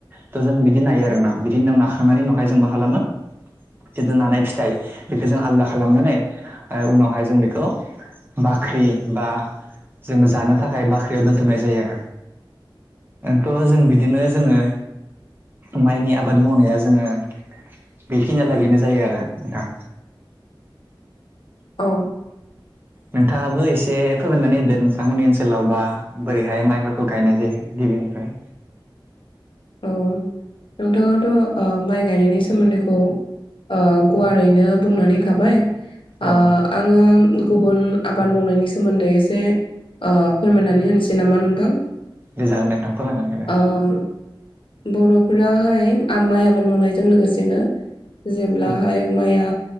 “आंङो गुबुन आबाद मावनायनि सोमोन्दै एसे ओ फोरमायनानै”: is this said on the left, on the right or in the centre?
Left